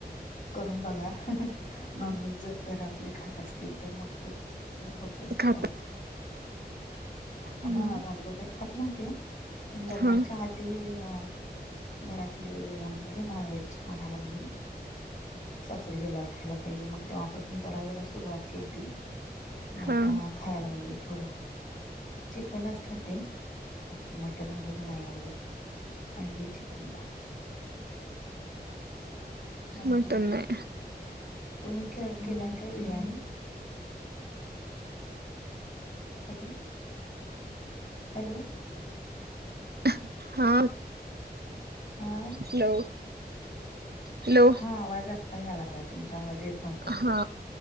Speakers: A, on the left; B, on the right.
A: करून बघा नॉन व्हेज जर घरातले खात असतील तर मस्त होतय
B: खाता
A: राईस.
B: हम्म.
A: हा आदगोदर खात नव्हते पण लग्नाच्या
B: हा
A: आधी अ घरातली म्हणजे माहेरची म्हणाय लागली सासरी गेल्यावर खायला पा पाहिजे मग तेव्हापासून जरा जरा सुरुवात केलीती पण आता
B: हा
A: खायलागलोय. थोड चिकनच खाते बाकी मट मटन वगैरे नाही आवडत अंडी चिकन खाते. हा
B: मटन नाय.
A: तुम्ही खे केलाय काय बिर्याणी. Hello hello.
B: <inaudible> हा
A: हा.
B: हॅलो. हॅलो
A: हा आवाज आत्ता या लागलाय तुमचा आवाज येत नव्हता.
B: हा